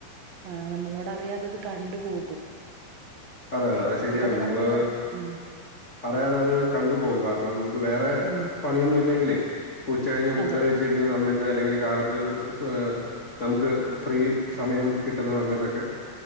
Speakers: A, on the right; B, on the left.
A: ആ നമ്മളോട് അറിയാതെത് കണ്ട് പോകും.
B: അതെ അതെ അത് ശരിയാണ്
A: ഇപ്പൊ തന്നെ
B: നമ്മള്
A: വേറെ- ഉം
B: അറിയാതെ അത് കണ്ട് പോവും. കാരണം, നമുക്ക് വേറെ
A: ഉം
B: പണിയൊന്നും ഇല്ലെങ്കിലേ ഉച്ച കഴിഞ്ഞ് ഫുഡ്
A: അതെ
B: കഴിച്ചിരിക്കുന്ന സമയത് അല്ലെങ്കില് കാലത്ത് ഈഹ് നമുക്ക് ഫ്രീ സമയം കിട്ടുന്ന സമയത്തൊക്കെ